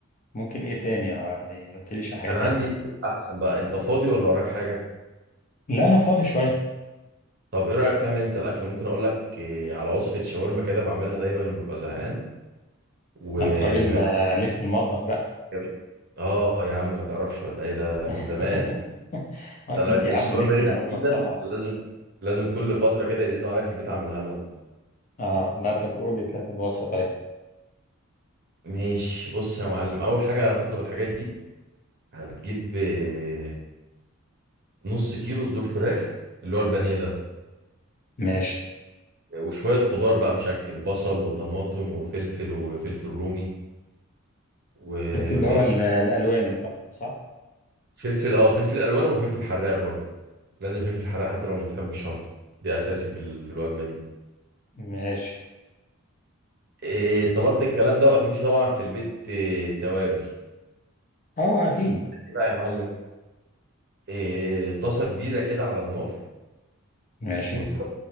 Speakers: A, on the left (about 35°); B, on the right (about 50°).
A: ممكن ايه تاني آه، يعني ما قلتليش على حاجه
B: انا
A: تانية
B: عندي احسن بقى انت فاضي ولا وراك حاجة
A: لا انا فاضي شويه
B: طب ايه رأيك تعمل انت الاكل ممكن اقول لك اه، على وصفة شاورما كده بعملها دايما لما ببقى زهقان وبما
A: ما انت راجل
B: انك
A: آه، ليك في المطبخ بقى
B: جابت اه يا عم ما تعرفش ولا ايه ده
A: <laughs>
B: من زمان
A: اكيد
B: انا
A: يا
B: الشاورما
A: عم ليك في
B: دي
A: المطبخ
B: تحديدا
A: طبعا
B: لازم لازم كل فترة كده يزنوا عليا في البيت اعملها لهم
A: اه لا طب قول لي كده الوصفه طيب
B: ماشي بص يا معلم اول حاجة هتطلب الحاجات دي هتجيب اه، نص كيلو صدور فراخ اللي هو البانيه ده
A: ماشي
B: وشوية خضار بقى مشكل بصل وطماطم وفلفل وفلفل رومي و...
A: في اللي
B: وايه
A: هو
B: كده
A: ال- الالوان ده طبعا صح
B: فلفل اه فلفل الوان وفلفل حراق برضه لازم فلفل حراق حتى لو مش بتحب الشطة دي اساسي في ال... في الوجبة دي
A: ماشي
B: إيه طلبت الكلام ده واكيد في طبعا في البيت إيه توابل
A: اه اكيد
B: ايه بقى يا معلم إيه طاسة كبيرة كده على النار
A: ماشي
B: وتروح